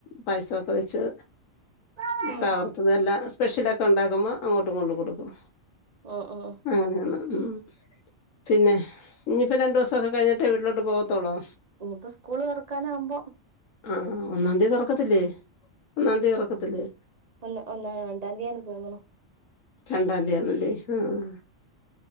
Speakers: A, on the left; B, on the right.
A: പായസൊക്കെ വെച്ച്
B: ഉം
A: കവർത്തതെല്ലാം സ്പെഷ്യലൊക്കെ ഉണ്ടാക്കുമ്പോ അങ്ങോട്ടും കൊണ്ട് കൊടുക്കും
B: ഓഹ് ഓഹ്
A: അങ്ങനെയാണ് ഉം പിന്നെ ഇനിയിപ്പോ രണ്ടു ദിവസൊക്കെ കഴിഞ്ഞിട്ട് ട്ടേ വീട്ടിലോട്ട് പോകത്തൊളോ
B: ഇനിയിപ്പോ സ്കൂള് തുറക്കാനാകുമ്പോം
A: ആഹ് ഒന്നാന്തി തുറക്കത്തില്ലേ ഒന്നാം തീതുറക്കത്തില്ലേ
B: അല്ല ല്ല രണ്ടാംതീ യാണ് തോന്നുന്നു
A: രണ്ടാന്തിയാണല്ലേ ആഹ്